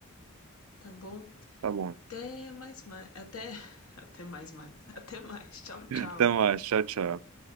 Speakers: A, on the left (about 85°); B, on the right (about 80°).
A: tá bom?
B: tá bom.
A: Até mais mais. Até. <laughs> Até mais mais. Até mais. Tchau,
B: Então,
A: tchau.
B: ah, tchau, tchau.